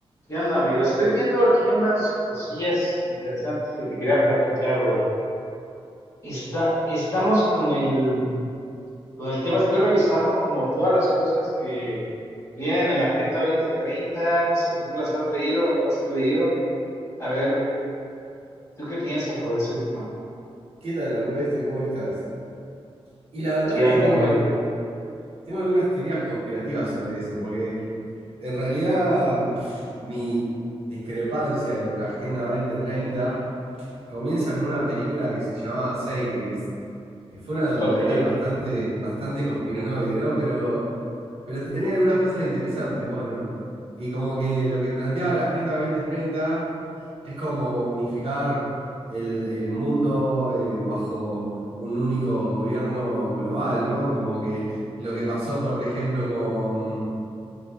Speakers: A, on the left; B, on the right.
A: ¿Qué onda, amigo? Estoy viendo aquí unas cosillas interesantes que te quería platicar, brother. Está, estamos con el, con el tema, estoy revisando como todas las cosas que vienen en la Agenda 2030. No sé si tú las has leído o no las has leído. A ver, ¿tú qué piensas sobre ese tema?
B: ¿Qué tal, Ernesto? ¿Cómo estás? Y la verdad
A: ¿Qué
B: es que
A: onda?
B: tengo,
A: Muy
B: al-
A: bien.
B: tengo algunas teorías conspirativas sobre eso, porque en realidad mi discrepancia con la Agenda dos mil treinta comienza con una película que se llamaba Zeitgeist, que fue una documental
A: Ok.
B: bastante, bastante conspiranoide, ¿no? Pero, pero tenía algunas cosas interesantes, bueno. Y como que lo que planteaba la Agenda dos mil treinta Es como unificar el, el mundo eh, bajo un único gobierno global, ¿no? Como que lo que pasó, por ejemplo, con,